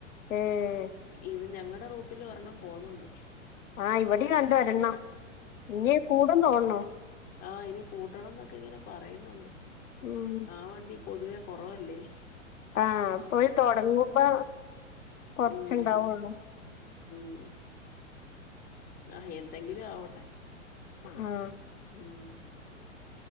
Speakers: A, on the left; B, on the left.
A: ഏഹ്
B: ഇത് ഞങ്ങ ടെ റൂട്ടിലും ഒരെണ്ണം പോവുന്നുണ്ട്
A: ആ ഇവടിം കണ്ടൊരെണ്ണം ഇഞ് കൂടും തോന്ന്ണൂ
B: ത്ത ഇനി കൂട്ടണം ന്നൊക്കെ ഇങ്ങനെ പറയുന്നുണ്ട്
A: ഉം
B: ആ വണ്ടി പൊതുവേ കൊറവല്ലേ
A: ആ ഇപ്പൊല് തൊടങ്ങുമ്പോ കൊർച്ച്ണ്ടാവൊള്ളോ
B: ഉം ഉം ആ എന്തെങ്കിലു ആവട്ടെ
A: ആ
B: ഉം